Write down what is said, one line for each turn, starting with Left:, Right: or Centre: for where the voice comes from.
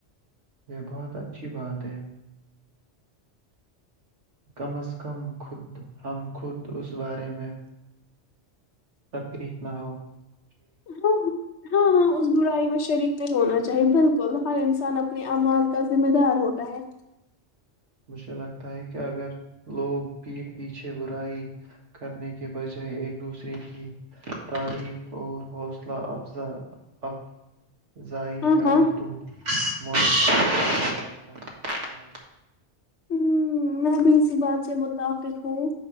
Right: یہ بہت اچھی بات ہے کم از کم خود ہم خود اس بارے میں سکری <unintelligible>
Left: ہاں ہاں ہاں اس برائی میں شریک نہیں ہونا چاہی بالکل ہر انسان اپ اپنے اعمال کا ذمہ دار ہوتا ہے
Right: مجھے لگتا ہے کہ اگر لوگ پھ پیچھے برائی کرنے کے بجائے ایک دوسرے کی تعریف اور حوصلہ افزا ا زائع
Left: ہاں
Right: کرے
Left: ہاں
Right: تم مشل بہتر ہوتا ہے
Left: ہ میں بھی اسی بات سے متفق ہوں